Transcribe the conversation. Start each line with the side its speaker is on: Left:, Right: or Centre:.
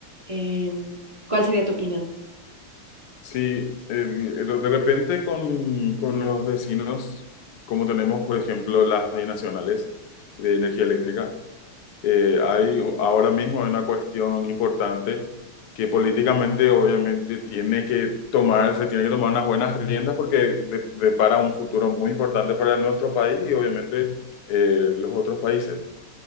Right: Em, ¿cuál sería tu opinión?
Left: Sí, el- el- de repente con, con los vecinos, como tenemos, por ejemplo, las binacionales de energía eléctrica, eh, hay ahora mismo una cuestión importante que políticamente obviamente tiene que tomar, se tiene que tomar unas buenas riendas porque de- depara un futuro muy importante para nuestro país y obviamente eh, los otros países.